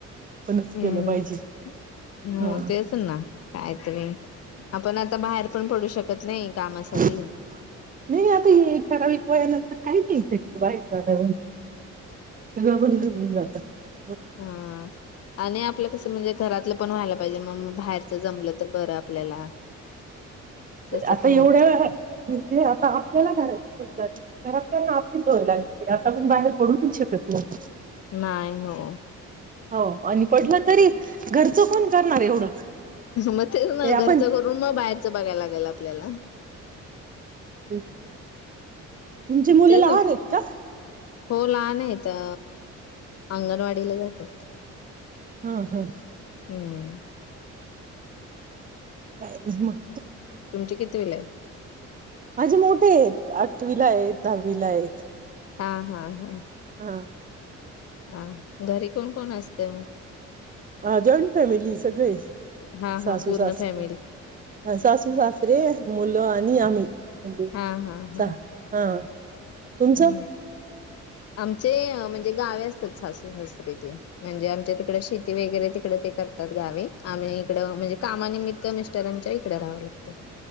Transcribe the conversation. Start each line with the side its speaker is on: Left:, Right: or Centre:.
Right: पणच
Left: हम्म
Right: केलं पाहिजे
Left: हो
Right: हा
Left: तेच ना कायतरी आपण आता बाहेर पण पडू शकत नाही कामासाठी
Right: नाही नाही आता ही एक ठराविक वय हाय ना आता. क <inaudible> नाही शक बाय. सगळं भरूनच घेऊन जातात. <unintelligible>
Left: हम आणि आपलं कसं म्हणजे घरातलं पण व्हायला पाहिजे मग बाहेरच जमलं तर बर आपल्याला तसं
Right: आता
Left: पण
Right: एवढ्या
Left: होत
Right: वेळात म्हणतील आता आपल्याला घरातील सोडतात. घरातल्यांना आपली सवय लागली आता आपण बाहेर पडूच शकत नाही.
Left: नाही हो
Right: हो आणि पडलं तरी घरचं कोण करणार एवढं.
Left: मग तेच ना
Right: ते आपण
Left: घरचं करून मग बाहेरच. बघायला लागले आपल्याला आपल्याला
Right: हम् तुमचे मुल
Left: तेच
Right: लहान येत का?
Left: हो लहान येत अ अंगणवाडीला जातात.
Right: हा ह.
Left: हम्म.
Right: काय नइ मग
Left: तुमची कितवीलाये?
Right: माजे मोठे येत आठवीलायेत, दहावीलायेत.
Left: हां-हां-हां
Right: हां
Left: हां, घरी कोण कोण अस ते म्
Right: हां जॉईंट फॅमिलीय सगळे.
Left: हा
Right: सासू
Left: हा पूर्ण
Right: सास
Left: फॅमिली
Right: हं सासू सासरे मुलं आ नी आम्ही म्हणजे
Left: हां-हां-हां
Right: सहा हा तुमचं
Left: हम्, आमचे मन ते गावी असतात सासू सासरी ते. म्हणजे आमच्या तिकडं शेती वगैरे तिकडे ते करतात गावे. आणि इकडं म्हणजे कामानिमित्त मिस्टरांच्या इकडे राहावं लागतं.